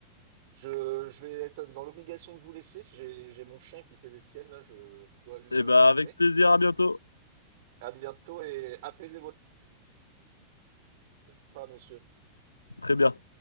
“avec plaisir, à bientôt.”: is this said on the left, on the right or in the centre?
Left